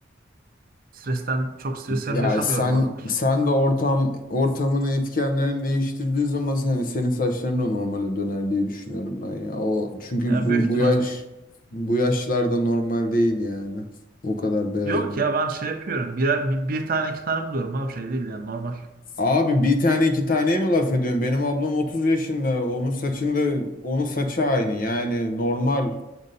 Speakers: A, on the right (about 45°); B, on the left (about 45°).
A: stresten çok stres yap-
B: Yani
A: yaşamıyorum
B: sen
A: bu aralar.
B: sen de ortam ortamını etkenlerini değiştirdiği zaman sen, senin saçların da normale döner diye düşünüyorum ben ya. O çünkü
A: Yani
B: bu
A: büyük ihtimalle.
B: bu yaş bu yaşlarda normal değil yani. O kadar beyaz.
A: Yok ya ben şey yapıyorum bir, bir, bir tane iki tane buluyorum ama şey değil yani normal.
B: Abi bir tane iki taneye mi laf ediyorsun? Benim ablam 30 yaşında. Onun saçında onun saçı aynı. Yani normal.